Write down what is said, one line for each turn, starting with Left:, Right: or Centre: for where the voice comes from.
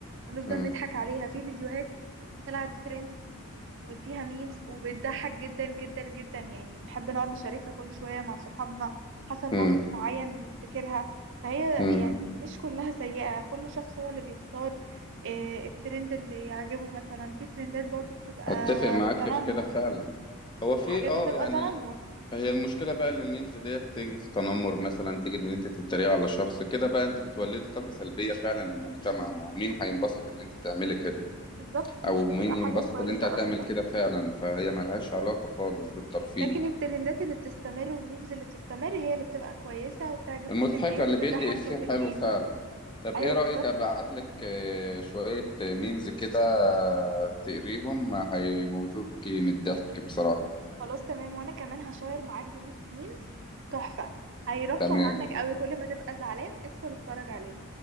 Right: ونفضل
Left: امم
Right: نضحك عليها في فيديوهات طلعت ترند وفيها ميمز وبتضحك جدا جدا جدا يعني بنحب نقعد نشاركها كل شوية مع صحابنا حصل
Left: امم
Right: موقف معين بنفتكرها فهي
Left: امم
Right: يعني مش كلها سيئة كل شخص هو اللي بيختار آه، الترند اللي يعجبه مثلا في ترندات برضو بتبقى
Left: اتفق معاك
Right: تنمر
Left: في كده فعلا هو في
Right: في حاجات
Left: اه
Right: بتبقى
Left: يعني
Right: تنمر
Left: هي المشكلة بقى ان الميمز ديت تيجي في تنمر مثلا تيجي ان انت تتريق على شخص كده بقى انت بتولدي طاقة سلبية فعلا للمجتمع ما هو مين هينبسط ان انت تعملي كده
Right: بالظبط دي
Left: او
Right: مش بتبقى
Left: مين ينبسط
Right: حاجة كويسة
Left: ان انت هتعمل
Right: أصلا
Left: كده فعلا فهي ملهاش علاقة خالص بالترفيه
Right: لكن الترندات اللي بتستمر والميمز اللي بتستمر هي اللي بتبقى كويسة وبتعجب
Left: المضحكة
Right: كل الناس
Left: اللي
Right: وبتضحك
Left: بيدي إفيه
Right: كل الناس
Left: حلو فعلا طب
Right: ايوه
Left: إيه رأيك
Right: بالظبط
Left: أبعت لك آه، شوية ميمز كده آه، تقريهم هيموتوك من الضحك بصراحة
Right: خلاص تمام وانا كمان هشير معاك جروب ميمز تحفة هيرفه
Left: تمام
Right: عنك قوي كل ما تبقى زعلان ادخل اتفرج عليه